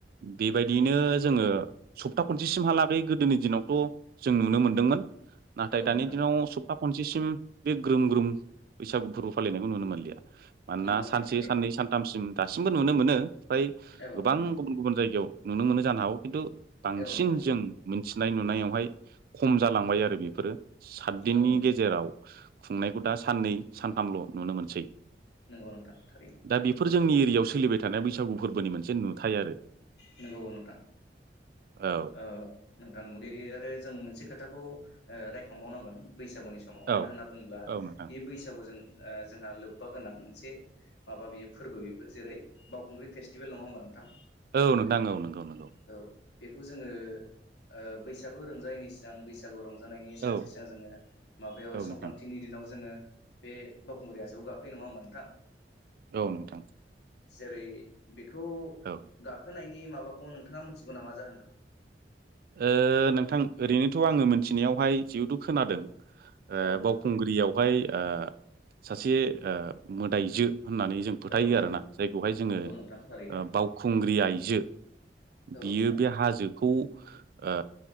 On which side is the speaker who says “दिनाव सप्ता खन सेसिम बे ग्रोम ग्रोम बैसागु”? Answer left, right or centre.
Right